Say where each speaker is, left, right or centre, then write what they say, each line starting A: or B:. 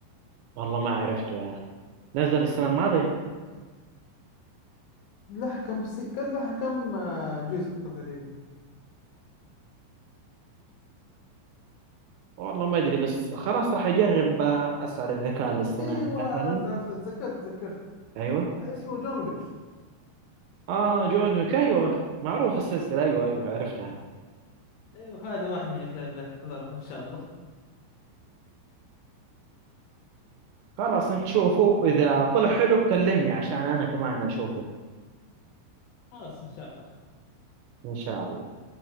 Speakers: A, on the right; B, on the left.
A: والله ما عرفته يا اخي نزل السنة الماضية
B: له كم سي... كان لها كم آه، جزء تقريبا
A: والله ما ادري بس خلاص راح اجرب اسأل الذكاء الاصطناعي
B: ايوه
A: مثلا
B: عرفت عرفت تذكرت تذكرت
A: ايوه
B: اسمه جون ويك
A: اه جون ويك ايوه معروف السلسلة ايوه ايوه عرفتها
B: ايوه هذا واحد من الافلام بحضرها ان شاء الله
A: خلاص نشوفه إذا طلع حلو كلمني عشان أنا كمان أشوفه
B: خلاص ان شاء الله
A: إن شاء الله